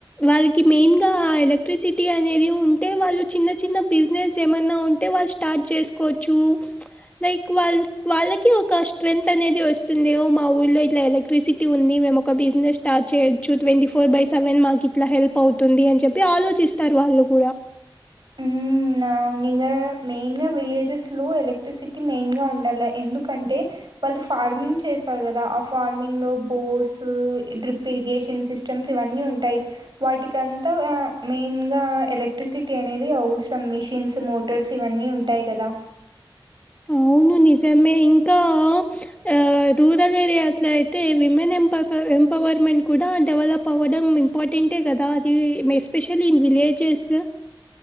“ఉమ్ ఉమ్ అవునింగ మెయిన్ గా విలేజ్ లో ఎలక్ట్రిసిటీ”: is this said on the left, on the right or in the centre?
Right